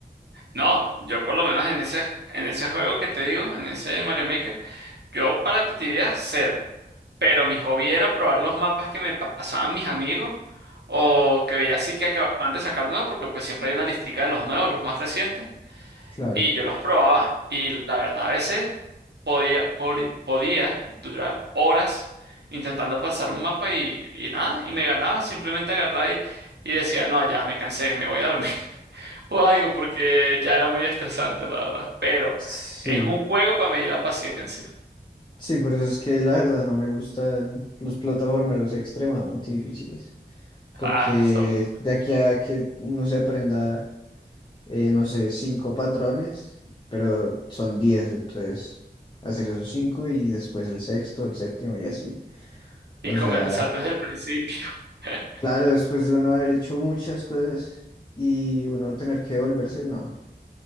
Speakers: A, on the right; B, on the left.
A: No, yo por lo menos en ese, en ese juego que te digo, en ese Mario Maker, yo para creatividad cero. Pero mi hobby era probar los mapas que me pasaban mis amigos o que veía así que acababan de sacar nuevos, porque pues siempre hay una listica de los nuevos, los más recientes.
B: Claro.
A: Y yo los probaba. Y la verdad, a veces podía, por- podía durar horas intentando pasar un mapa y, y nada, y me ganaba, simplemente agarraba y, y decía, no, ya me cansé, me voy a dormir o algo porque ya era muy estresante, la verdad. Pero
B: Sí,
A: es un juego para medir la paciencia.
B: sí, por eso es que la verdad no me gustan los plataformeros extremadamente difíciles, porque
A: Ah, Samuel.
B: de aquí a que uno se aprenda, eh, no sé, cinco patrones, pero son diez, entonces hacer esos cinco y después el sexto, el séptimo y así.
A: Y
B: O
A: comenzar
B: sea,
A: desde el principio. <laughs>
B: claro, después de uno haber hecho muchas cosas y uno tener que devolverse, no,